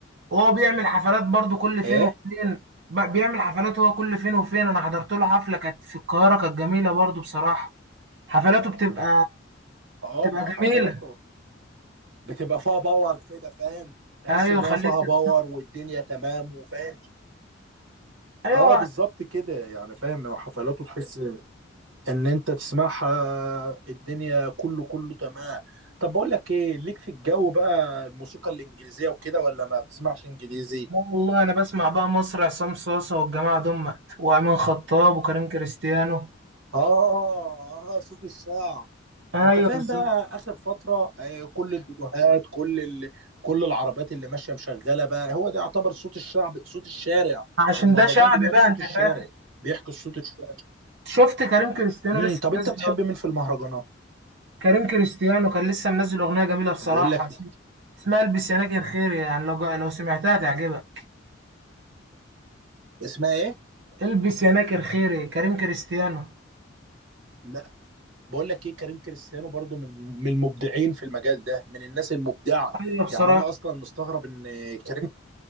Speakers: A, on the right (about 60°); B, on the right (about 85°).
A: وهو بيعمل حفلات برضو كل فين
B: ايه
A: وفين ب- بيعمل حفلات هو كل فين وفين انا حضرت له حفلة كانت في القاهرة كانت جميلة برضو بصراحة حفلاته بتبقى
B: اه
A: بتبقى
B: حفلات
A: جميلة
B: بتبقى فيها باور كده فاهم تحس
A: ايوه
B: ان
A: خليك
B: هي فيها
A: تت-
B: باور والدنيا تمام وفاهم
A: ايوه
B: اه
A: لا
B: بالظبط كده يعني فاهم وحفلاته تحس ان انت تسمعها الدنيا كله كله تمام طب بقول لك ايه ليك في الجو بقى الموسيقى الانجليزيه وكده ولا ما بتسمعش انجليزي
A: والله انا بسمع بقى مصر عصام صاصة والجماعة دمت وامين خطاب وكريم كريستيانو
B: اه اه آه، صوت الشعب
A: ايوه
B: انت فاهم
A: بالظبط
B: بقى اخر فتره آه، كل الفيديوهات كل ال... كل العربيات اللي ماشيه مشغله بقى هو ده يعتبر صوت الشعب صوت الشارع
A: عشان
B: المهرجان
A: ده شعبي
B: دلوقتي
A: بقى
B: صوت
A: انت فاهم
B: الشارع بيحكي صوت الشارع
A: شفت كريم كريستيانو
B: امم
A: لسه
B: طب انت
A: منزل
B: بتحب مين في المهرجانات
A: كريم كريستيانو كان لسه منزل اغنية جميلة بصراحة
B: بقول لك
A: اسمها اسمها البس يا ناجي الخير يعني لو جا... لو سمعتها تعجبك
B: اسمها ايه
A: البس يا ناكر خيري كريم كريستيانو
B: لا بقول لك ايه كريم كريستيانو برضو من من المبدعين في المجال ده من الناس المبدعه
A: ايوه بصراحه
B: يعني انا اصلا مستغرب ان كريم